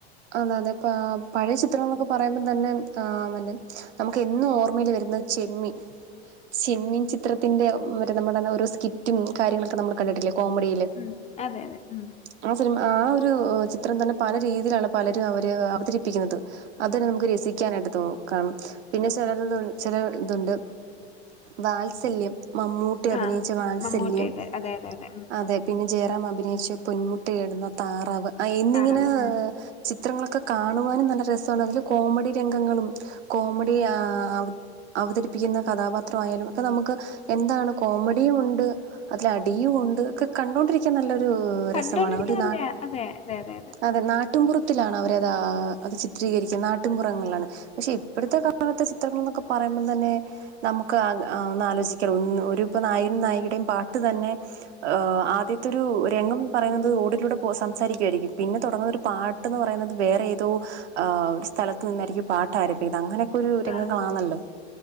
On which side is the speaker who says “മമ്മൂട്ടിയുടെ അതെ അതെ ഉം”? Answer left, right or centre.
Left